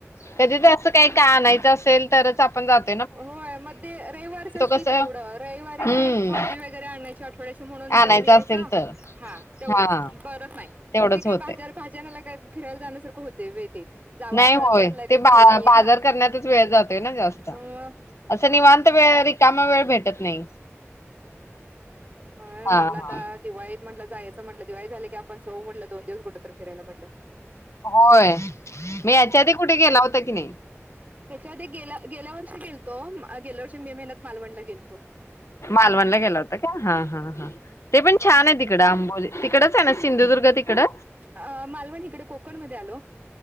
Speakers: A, on the left; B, on the right.
A: कधी तर असं काही काय आणायचं असेल, तरच आपण जातो.
B: होय, म ते रविवारचच की
A: कसं
B: तेवढं रविवारीच
A: हं,
B: भाजी वगैरे आणायची आठवड्याची म्हणून
A: आणायचं
B: जाऊन यायचं.
A: असेल तर.
B: हा तेवढंच
A: हां,
B: परत नाही
A: तेवढंच
B: मग ते काय
A: होतंय.
B: भाजी आणायला काय, फिरायला जाण्यासारंख होतंय व्हय ते. जावा
A: नाही
B: पळत
A: होय
B: पळत लगेच
A: ते बा
B: घेऊन या
A: बाजार करण्यातच वेळ जातोय ना जास्त.
B: अ
A: असं निवांत वेळ रिकामा वेळ भेटत नाही.
B: होय
A: हां,
B: म्हटलं आता
A: हां.
B: दिवाळीत म्हटलं जायचं म्हटलं दिवाळी झाली की आपण जाऊ म्हटलं दोन दिवस कुठं तर फिरायला म्हटलं.
A: होय, मी याच्याआधी कुठे गेला होता की नाही?
B: ह्याच्याआधी गेल्या गेल्या वर्षी गेलतो, गेल्या वर्षी मे महिन्यात मालवणला गेलतो.
A: मालवणला गेला होता का? हा हां हां ते पण छान आहे तिकडं, आंबोल तिकडच आहे ना सिंधुदुर्ग तिकडं?
B: अ मालवण इकडे कोकण मध्ये आलो.